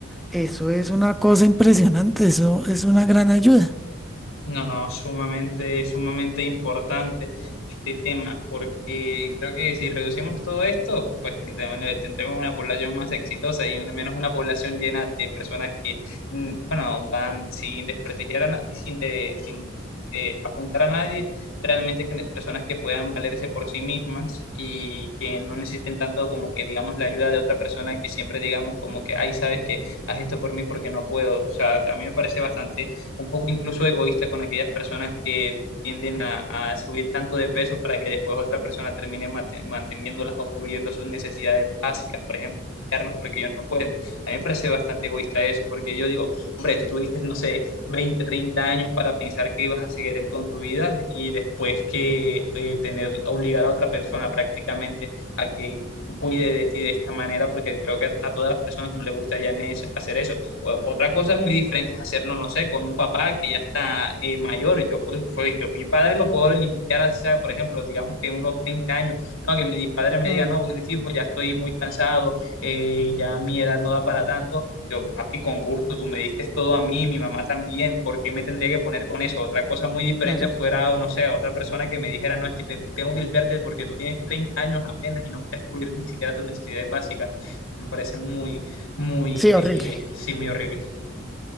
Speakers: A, in the centre; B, on the left (about 85°).
A: eso es una cosa impresionante, eso es una gran ayuda.
B: No, no, sumamente, sumamente importante este tema, porque creo que si reducimos todo esto, pues también tendremos una población más exitosa y una- menos una población llena de personas que, mm, bueno, van sin desprestigiar a na- sin, de- sin eh, apuntar a nadie, realmente que- personas que puedan valerse por sí mismas y que no necesiten tanto como que, digamos, la ayuda de otra persona que siempre digamos como que, ay, sabes que haz esto por mí porque no puedo. O sea, a mí me parece bastante un poco incluso egoísta con aquellas personas que tienden a, a subir tanto de peso para que después otra persona termine mate- manteniéndolas o cubriendo sus necesidades básicas, por ejemplo, cuidarlos porque ellos no pueden. A mí me parece bastante egoísta eso, porque yo digo, hombre, tú tuviste, no sé, 20, 30 años para pensar que ibas a seguir con tu vida y después que eh, tener, obligar a otra persona prácticamente a que cuide de ti de esta manera, porque creo que a, a todas las personas no les gustaría ne- hacer eso. O- Otra cosa muy diferente es hacerlo, no sé, con un papá que ya está eh, mayor. Yo, pues, fue- yo, mi padre lo puedo limpiar, así sea, por ejemplo, digamos que en unos 20 años, no, que mi padre me
A: Mm,
B: diga, no, Luis, hijo, ya estoy muy cansado, eh, ya mi edad no da para tanto. Yo, papi, con gusto, tú me diste todo a mí, mi mamá también, ¿por qué me tendría que poner con eso? Otra cosa muy diferente
A: claro,
B: fuera, o no sé, otra persona que me dijera, no, es que te- tengo que limpiarte porque tú tienes 30 años apenas y no puedes cubrir ni siquiera tus necesidades básicas. Me parece muy muy,
A: sí,
B: eh,
A: horrible.
B: sí, muy horrible.